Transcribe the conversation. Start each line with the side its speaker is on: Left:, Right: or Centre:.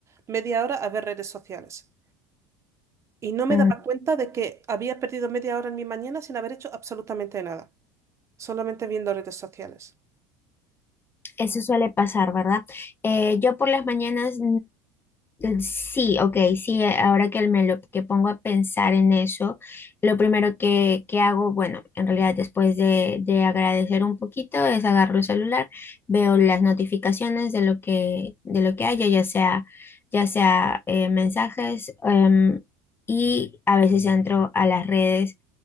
Right: media hora a ver redes sociales. Y no me
Left: Mm,
Right: daba cuenta de que había perdido media hora en mi mañana sin haber hecho absolutamente nada. solamente viendo redes sociales.
Left: Eso suele pasar, ¿verdad? Eh, yo por las mañanas Sí, ok, sí, eh, ahora que me lo que pongo a pensar en eso, lo primero que, que hago, bueno, en realidad después de, de agradecer un poquito es agarro el celular, veo las notificaciones de lo que, de lo que haya, ya sea, ya sea eh, mensajes, em, y a veces entro a las redes